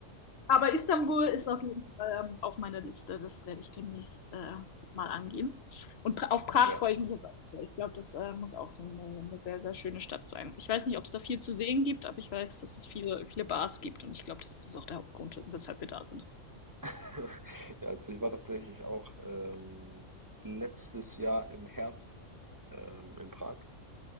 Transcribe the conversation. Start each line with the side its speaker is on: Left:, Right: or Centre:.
Left: Aber Istanbul
Right: von da.
Left: ist auf jeden Fall ähm, auf meiner Liste. Das werde ich demnächst äh, mal angehen. Und pra auf Prag
Right: Ja.
Left: freue ich mich jetzt auch sehr. Ich glaube, das äh, muss auch so eine, eine sehr, sehr schöne Stadt sein. Ich weiß nicht, ob es da viel zu sehen gibt, aber ich weiß, dass es viele, viele Bars gibt. Und ich glaube, das ist auch der Hauptgrund, weshalb wir da sind.
Right: <laughs> Ja, also ich war tatsächlich auch ähm, letztes Jahr im Herbst ähm, in Prag.